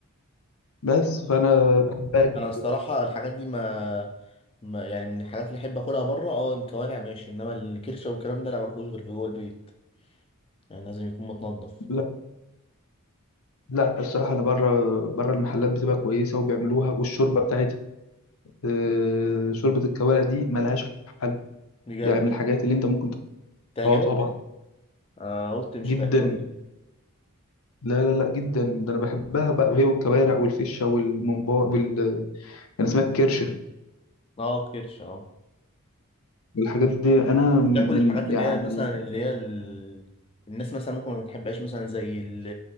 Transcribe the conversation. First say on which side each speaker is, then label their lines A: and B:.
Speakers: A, on the left; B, on the left.
A: بس فانا بحب أجيب-
B: انا الصراحه الحاجات دي ما, ما يعني من الحاجات اللي احب اكلها بره اه الكوارع ماشي انما الكرشه والكلام ده لا ماكلوش غير في جوه البيت يعني لازم يكون متنضف
A: لا, لا الصراحه انا بره بره المحلات بتبقى كويسه وبيعملوها والشوربه بتاعتها آه شوربه الكوارع دي ملهاش حل
B: بجد
A: يعني من الحاجات اللي انت ممكن ت-
B: تعجبك
A: اه طبعا
B: انا قلت مش
A: جدا
B: هتعجبك
A: لا لا لا جدا ده انا بحبها بقى وهي والكوارع والفشه والممبار وال كان اسمها الكرشه
B: اه كرشه اه
A: الحاجات دي انا من
B: بتاكل الحاجات اللي
A: يعني
B: هي مثلا اللي هي ال... الناس مثلا ممكن ما تحبهاش مثلا زي ال...